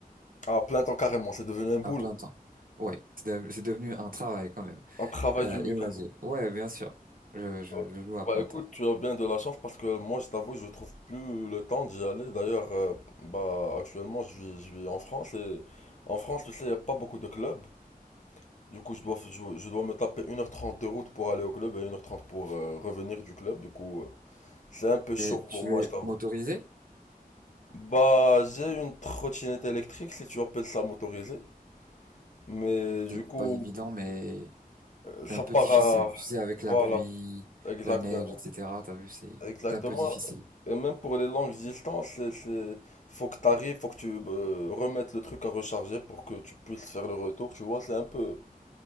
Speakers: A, on the left; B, on the right.
A: ah plein temps carrément, c'est devenu un boulot.
B: à plein temps. Ouais, c'est de- c'est devenu un travail quand même.
A: Un travail
B: Euh,
A: du week-end.
B: imagine. Ouais, bien sûr. Je, je,
A: Ouais.
B: je joue à
A: Bah
B: plein
A: écoute,
B: temps.
A: tu as bien de la chance parce que moi, je t'avoue, je trouve plus le temps d'y aller. D'ailleurs, euh, bah actuellement, je vis, je vis en France et en France, tu sais, il n'y a pas beaucoup de clubs. Du coup, je dois, f- je, je dois me taper une heure trente de route pour aller au club et une heure trente pour euh, revenir du club. Du coup, euh, c'est un peu chaud
B: Mais tu
A: pour moi, je
B: es
A: t'avoue.
B: motorisé?
A: Bah, j'ai une trottinette électrique, si tu appelles ça motorisée. Mais du
B: C'est
A: coup,
B: pas évident, mais
A: ça
B: c'est un peu
A: part
B: difficile.
A: à...
B: Tu sais, avec la
A: Voilà,
B: pluie,
A: exactement.
B: la neige, etc. T'as vu, c'est
A: Exactement.
B: c'est un peu difficile.
A: Et même pour les longues distances, c'est, c'est... faut que t'arrives, faut que tu euh, remettes le truc à recharger pour que tu puisses faire le retour, tu vois, c'est un peu...